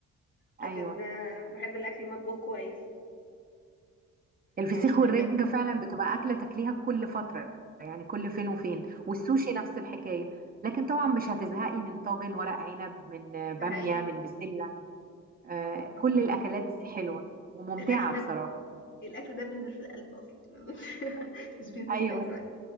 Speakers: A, on the left; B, on the right.
A: لكن
B: ايوه
A: آه، بحب الاكل مطبوخ كويس
B: الفسيخ
A: يعني م-
B: والرنجة
A: ما
B: فعلا بتبقى أكلة تاكليها كل فترة يعني كل
A: مم.
B: فين وفين والسوشي نفس الحكاية لكن طبعا مش هتزهقي من طاجن ورق عنب من آه،
A: ده
B: بامية
A: حقيقي
B: من بسلة آه،
A: طبعا.
B: كل الأكلات دي حلوة وممتعة
A: الاكل ده
B: بصراحة
A: ب... الاكل ده بينزل في القلب اصلا <laughs> ما بي- مش بينزل
B: أيوة
A: في المعده